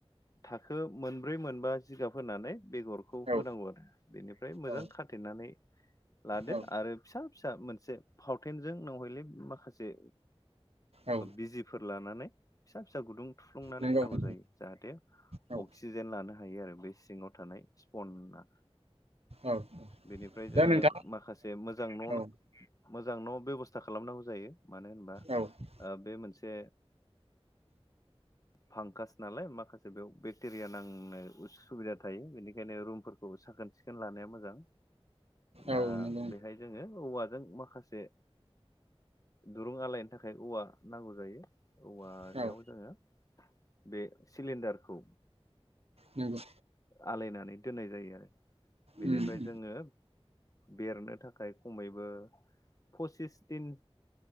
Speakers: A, on the left; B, on the right.
A: थाखो मोनब्रै मोनबा जिगाब होनानै बेगरखौ
B: औ
A: होनांगौ आरो बेनिफ्राय मोजां
B: औ
A: खाथेनानै लादो
B: औ
A: आरो फिसा फिसा मोनसे फावटेनजों नहयले माखासे
B: औ
A: बिजफोर लानानै फिसा फिसा गुदुं ग थुफ्लुंनानै
B: नंगौ
A: होनांगौ
B: नोंथां
A: जायो जाहाथे
B: औ
A: अक्सिजेन लानो हायो आरो बे सिङाव था स्पना
B: औ
A: बेनिफ्राय जोङो
B: दा नोंथां
A: माखासे मोजां न'
B: ओ औ
A: मोजां न' बेब'स्था खालामनांगौ जायो मानो होनबा
B: औ
A: बे मोनसे फांगास नालाय माखासे बेयाव बेक्टेरिया नांनोबो सुबिदा थायो बेनिखायनो रुमफोरखौ साखोन सिखोन लानाया मोजां दा
B: औ नंगौ
A: बेहाय जोङो औवाजों माखासे दुरुं आलायनो थाखाय नाथाय औवा नांगौ जायो औवायाव
B: नोंथां औ
A: जोङो बे सिलिणडारखौ
B: नंगौ
A: आलायनानै दोननाय जायो आरो बेनिफ्राय
B: उम उम
A: जोङो बेरनो थाखाय खमैबो फसिस दिन